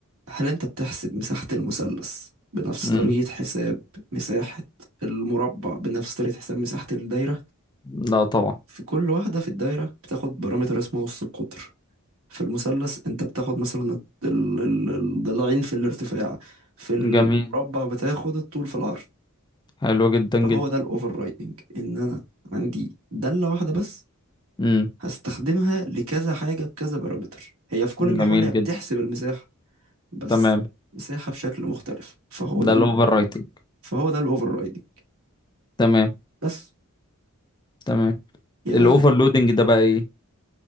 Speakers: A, on the right (about 70°); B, on the left (about 20°).
A: هل انت بتحسب مساحة المثلث بنفس
B: امم
A: طريقة حساب مساحة المربع بنفس طريقة حساب مساحة الدايرة
B: لا طبعا
A: في كل واحدة في الدايرة بتاخد بارامتر اسمه نص القطر في المثلث انت بتاخد مثلا الط- ال- ال- الضلعين في الارتفاع في المربع
B: جميل
A: بتاخد الطول في العرض
B: حلو جدا
A: فهو
B: جدا
A: ده الاوفر رايدنج ان انا عندي دالة واحدة بس
B: امم
A: هستخدمها لكذا حاجة بكذا بارامتر هي في كل الأحوال
B: جميل
A: هي بتحسب
B: جدا
A: المساحة بس
B: تمام
A: مساحة بشكل مختلف فهو ده
B: ده
A: ال...
B: الاوفر رايتنج
A: فهو ده الأوفر رايدنج
B: تمام
A: بس
B: تمام
A: يعني
B: الاوفر لودنج ده بقى ايه